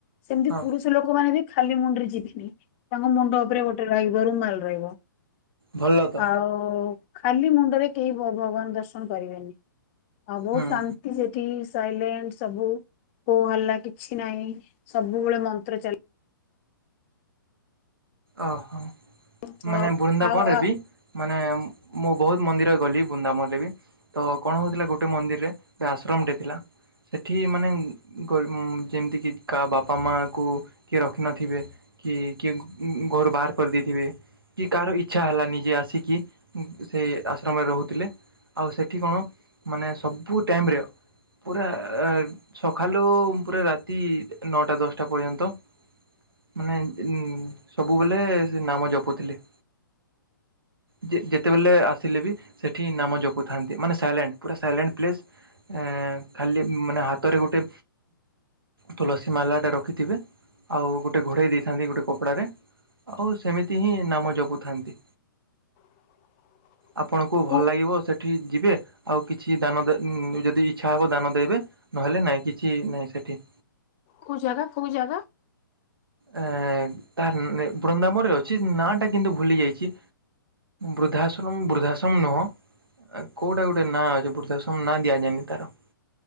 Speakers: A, on the left; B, on the right.
A: ସେମିତି
B: ହଁ
A: ପୁରୁଷ ଲୋକମାନୋନେ ବି ଖାଲି ମୁଣ୍ଡରେ ଯିବେନି। ତାଙ୍ଗ ମୁଣ୍ଡପରେେ ହୋଟୋଗ ବ ରମ ମଲରେଗ
B: ଭଲ ତ
A: ଆଉ ଖାଲି ମୁଣ୍ଡରେ କେହି ଭଗବାନ ଦର୍ଶନ କରିବେନି ଆଉ ବହୁତ
B: ହୁଁ
A: ଶାନ୍ତି ସେଠି ସଟ ସବୁ କୋଉ ହେଲା କିଛି ନହିଁ ସବୁବେଳେ ମନ୍ତ୍ର ଚା
B: ଓହୋ।
A: ଚାଲିଥିବ
B: ମାନେ ବୃନ୍ଦାବନରେ
A: ଆଉ ଆଉ
B: ବି ମାନେ ମୁଁ ବହୁତ ମନ୍ଦିର ଗଲି ବୃନ୍ଦାବନରେ ବି ତ କଣ ହଉଥିଲା ଗୋଟେ ମନ୍ଦିରରେ ବା ଆଶ୍ରମଟେ ଥିଲା। ସେଠି ମାନେ ଯେମିତିକି କା ବାପା ମାଙ୍କୁ କିଏ ରଖିନଥିବେ। କି କିଏ ଘରୁ ବାହାର କରିଦେଇଥିବେ। କି କାହାର ଇଚଛା ହେଲାନିଜେ ଆସିକି ସେ ଆଶ୍ରମରେ ରହୁଥିଲେ। ଆଉ ସେଠି କଣ ମାନେ ସବୁ ଟାଇମରେ। ପୁରା ଆହ୍ ସଖାଲୁ ପୁରା ରାତି ନଅଟା ଦଶଟା ପର୍ଯ୍ୟନ୍ତ। ମାନେ ଉଁ ସବୁବେଲେ ସେ ନାମ ଜପୁଥିଲେ। ଯେ ଯେତେବେଲେ ଆସିଲେ ବି ସେଠି ନାମ ଜପୁଥାନ୍ତି। ମାନେ ସାଇଲେଣ୍ଟ ପୁରା ସାଇଲେଣ୍ଟ ପ୍ଲେସ୍। ଏଁ ଖାଲି ମାନେ ହାତରେ ଗୋଟେ ତୁଲସୀ ମାଲାଟା ରଖିଥିବେ। ଆଉ ଗୋଟେ ଘୋଡେଇ ଦେଇଥାନ୍ତି ଗୋଟେ କପଡାରେ। ଆଉ ସେମିତି ହିଁ ନାମ ଜପୁଥାନ୍ତି।
A: <inaudible>
B: ଆପଣଙ୍କୁ
A: କୋଉ
B: ଭଲ ଲାଗିବ ସେଠି ଯିବେ? ଆଉ କିଛି ଦାନ ଯଦି ଇଚ୍ଛା ହବ ଦାନ ଦେବେ। ନହେଲେ ନାଇଁ କିଛି ନାଇଁ ସେଠି।
A: କୋଉ ଜାଗା କୋଉ ଜାଗା।
B: ଆ ତାର ବୃନ୍ଦାବନରେ ଅଛି। ନା ଟା କିନ୍ତୁ ଭୁଲି ଯାଇଛି। ବୃଦ୍ଧାଶ୍ରମ ବୃଦ୍ଧାଶ୍ରମ ନୁହଁ। କୋଉଟା ଗୋଟେ ନାଁ ଅଛି। ବୃଦ୍ଧାଶ୍ରମ ନାଁ ଦିଆଯାଏନି ତାର।